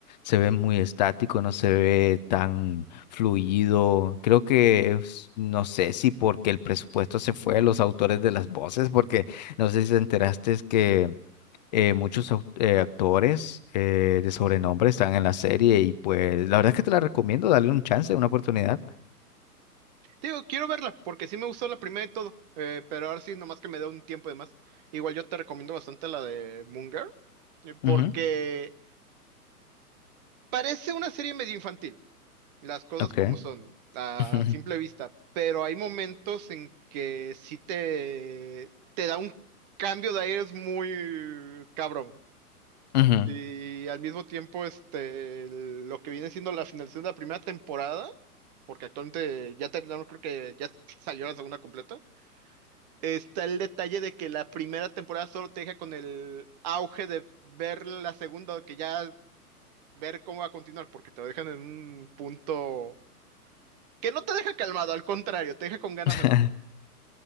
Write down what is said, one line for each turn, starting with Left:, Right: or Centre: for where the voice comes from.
Left: se ve muy estático, no se ve tan fluido. Creo que es- no sé si porque el presupuesto se fue a los autores de las voces, porque no sé si te enteraste es que eh, muchos au- eh, actores eh, de sobrenombre están en la serie y pues la verdad es que te la recomiendo, dale un chance, una oportunidad.
Right: Digo, quiero verla, porque sí me gustó la primera y todo, eh, pero ahora sí, nomás que me dé un tiempo de más. Igual yo te recomiendo bastante la de Moon Girl, eh, porque
Left: Ujú,
Right: parece una serie medio infantil, las cosas
Left: Ok.
Right: como son, a
Left: <laughs>
Right: simple vista, pero hay momentos en que sí te, te da un cambio de aires muy cabrón.
Left: ujú.
Right: Y al mismo tiempo, este, el- lo que viene siendo la finalización de la primera temporada, porque actualmente ya terminaron, creo que ya salió la segunda completa Está el detalle de que la primera temporada solo te deja con el auge de ver la segunda, que ya ver cómo va a continuar, porque te lo dejan en un punto que no te deja calmado, al contrario, te deja con ganas
Left: <laughs>
Right: de más.